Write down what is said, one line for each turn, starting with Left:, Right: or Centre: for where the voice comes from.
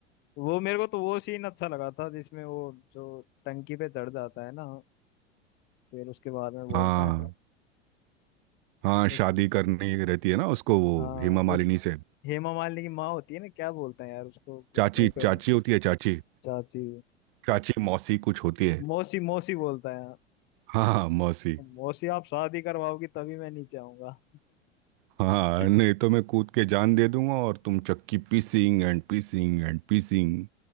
Left: वो मेरे को तो वो सीन अच्छा लगा था जिसमें वो जो टंकी पे चढ़ जाता है ना फिर उसके बाद में बोलता
Right: हाँ
Left: है
Right: हाँ
Left: उस
Right: शादी करनी रहती है ना उसको वो
Left: हाँ
Right: हेमा मालिनी
Left: उस
Right: से
Left: हेमा मालिनी की माँ होती है ना क्या बोलता है यार उसको कुछ
Right: चाची
Left: मेरे को
Right: चाची
Left: याद
Right: होती है चाची
Left: चाची
Right: चाची मौसी कुछ होती है
Left: मौसी मौसी बोलता है
Right: हाँ मौसी
Left: मौसी आप शादी करवाओगी तभी मैं नीचे आऊंगा
Right: हाँ
Left: <laughs>
Right: नहीं तो मैं कूद के जान दे दूंगा और तुम चक्की पीसिंग एंड पीसिंग एंड पीसिंग